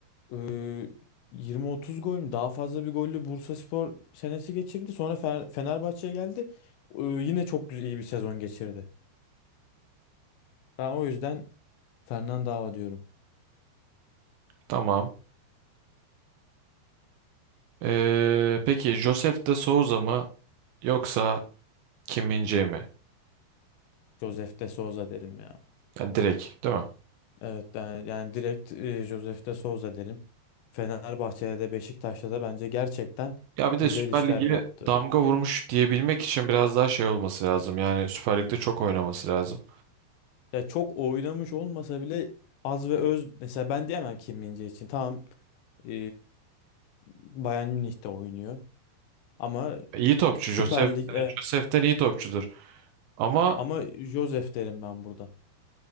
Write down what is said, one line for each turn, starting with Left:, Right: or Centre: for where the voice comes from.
Left: Ee, 20-30 gol mü? Daha fazla bir gollü Bursaspor senesi geçirdi. Sonra Fer- Fenerbahçe'ye geldi. Ee, yine çok güzel, iyi bir sezon geçirdi. Ben o yüzden Fernandao diyorum.
Right: Tamam. Ee, peki Josef de Souza mı yoksa Kim min mi?
Left: Josef de Souza derim ya.
Right: Yani direkt değil mi?
Left: Evet yani, yani direkt e, Josef de Souza derim. Fenerbahçe'de de Beşiktaş'ta da bence gerçekten
Right: Ya bir de
Left: güzel
Right: Süper
Left: işler
Right: Lig'e
Left: yaptı.
Right: damga vurmuş diyebilmek için biraz daha şey olması lazım. Yani Süper Lig'de çok oynaması lazım.
Left: Ya çok oynamış olmasa bile az ve öz mesela ben diyemem Kim min için. Tamam. E, Bayern Münih'te oynuyor. Ama
Right: İyi topçu.
Left: Süper
Right: Josef,
Left: Lig
Right: yani
Left: evet.
Right: Josef'ten iyi topçudur. Ama
Left: Ama Josef derim ben burada.